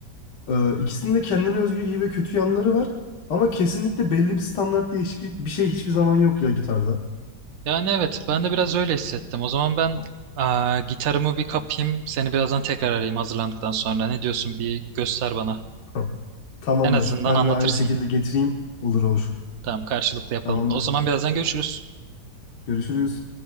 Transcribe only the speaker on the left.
e, ikisinin de kendine özgü iyi ve kötü yanları var. Ama kesinlikle belli bir standart diye hiçbir bir şey hiçbir zaman yok ya gitarda.
Tamam. Tamamdır.
Ben
de aynı şekilde getireyim. Olur olur.
Tamamdır.
Görüşürüz.